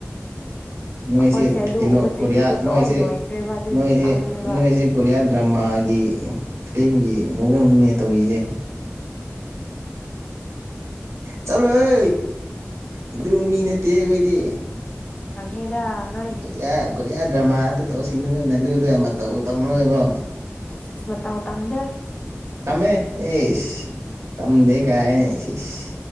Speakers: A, on the right; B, on the left.
A: ꯅꯣꯏꯁꯦ
B: ꯑꯩꯈꯣꯏꯁꯦ ꯑꯗꯨꯒꯨꯝꯕ
A: ꯀꯩꯅꯣ ꯀꯣꯔꯤꯌꯥ
B: ꯆꯍꯤꯗꯨ
A: ꯅꯣꯏꯁꯦ
B: ꯂꯣꯏ ꯂꯣꯏꯈ꯭ꯔꯦꯕ ꯑꯗꯨꯒꯤ
A: ꯅꯣꯏꯁꯦ
B: ꯈꯪꯉꯦꯕ
A: ꯅꯣꯏꯁꯦ ꯀꯣꯔꯤꯌꯥ ꯗ꯭ꯔꯃꯥꯒꯤ ꯐꯤꯂꯝꯒꯤ ꯃꯑꯣꯡꯗꯨꯅꯦ ꯇꯧꯔꯤꯁꯦ ꯆꯠꯂꯣꯍꯦ ꯑꯗꯨ ꯃꯤ ꯅꯠꯇꯦ ꯑꯩꯈꯣꯏꯗꯤ
B: ꯈꯪꯉꯤꯗ ꯅꯣꯏꯒꯤ
A: ꯀꯣꯔꯤꯌꯥ ꯀꯣꯔꯤꯌꯥ ꯗ꯭ꯔꯃꯗ ꯇꯧꯁꯤꯟꯗꯨꯅ ꯅꯣꯏꯅ ꯑꯗꯨꯗ ꯃꯇꯧꯒ ꯇꯝꯔꯒꯀꯣ
B: ꯏꯁ ꯏꯁ ꯃꯇꯥꯝ ꯃꯇꯝꯗꯦ
A: ꯇꯃꯦ ꯏꯁ ꯇꯝꯗꯦ ꯀꯥꯏꯅ ꯏꯁ ꯏꯁ